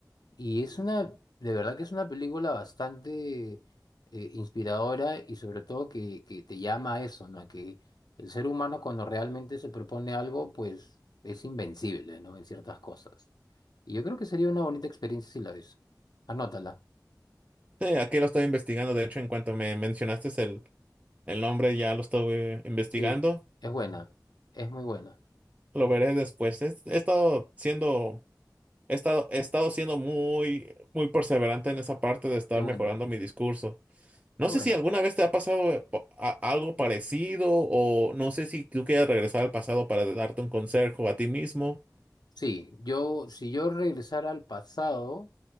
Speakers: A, on the left; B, on the right.
A: y es una, de verdad que es una película bastante eh, inspiradora y sobre todo que, que te llama a eso, ¿no? A que el ser humano cuando realmente se propone algo, pues es invencible, ¿no? En ciertas cosas. Y yo creo que sería una bonita experiencia si la ves. Anótala.
B: Sí, aquí lo estoy investigando. De hecho, en cuanto me mencionaste el, el nombre, ya lo estoy investigando.
A: Sí, es buena, es muy buena.
B: Lo veré después. Es- He, estado siendo, he estado, he estado siendo muy, muy perseverante en esa parte de estar
A: Qué bueno,
B: mejorando mi discurso. No
A: qué bueno.
B: sé si alguna vez te ha pasado eh, po- a- algo parecido o no sé si tú quieres regresar al pasado para darte un consejo a ti mismo.
A: Sí, yo, si yo regresara al pasado...